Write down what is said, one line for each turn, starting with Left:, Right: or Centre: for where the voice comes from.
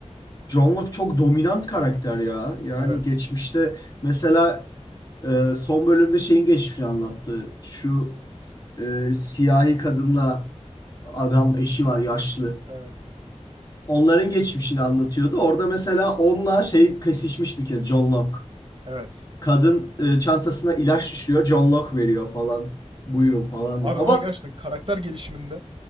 Left: John Locke çok dominant karakter ya. Yani
Right: Evet.
Left: geçmişte mesela e, son bölümde şeyin geçmişini anlattı. Şu e, siyahi kadınla adam eşi var yaşlı.
Right: Evet.
Left: Onların geçmişini anlatıyordu. Orada mesela onunla şey kesişmiş bir kez John Locke.
Right: Evet.
Left: Kadın e, çantasına ilaç düşüyor. John Locke veriyor falan. Buyurun falan
Right: Abi
Left: diyor. Ama
Right: ama gerçekten karakter gelişiminde